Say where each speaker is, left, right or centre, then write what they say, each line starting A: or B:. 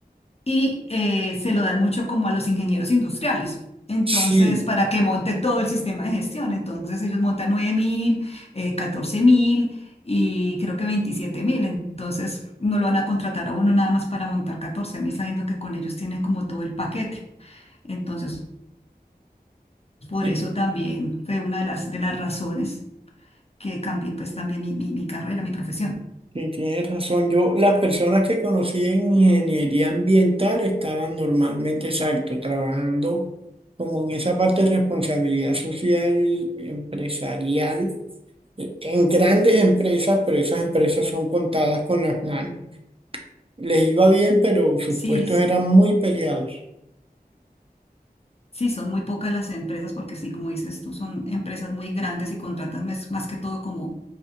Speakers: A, on the left (about 40°); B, on the right (about 35°).
A: y eh, se lo dan mucho como a los ingenieros industriales. Entonces,
B: Sí,
A: para que monte todo el sistema de gestión. Entonces, ellos montan nueve mil eh, 14.000 y creo que veintisiete mil Entonces, no lo van a contratar a uno nada más para montar 14.000 sabiendo que con ellos tienen como todo el paquete. Entonces, por
B: sí,
A: eso también fue una de las, de las razones que cambie pues también mi, mi, mi carrera, mi profesión.
B: sí, tienes razón. Yo, las personas que conocí en ingeniería ambiental estaban normalmente, exacto, trabajando como en esa parte de responsabilidad social, empresarial, eh, en grandes empresas, pero esas empresas son contadas con las manos. Les iba bien, pero sus
A: Sí,
B: puestos
A: s-
B: eran muy peleados.
A: sí, son muy pocas las empresas porque sí, como dices tú, son empresas muy grandes y contratan mes- más, que todo como,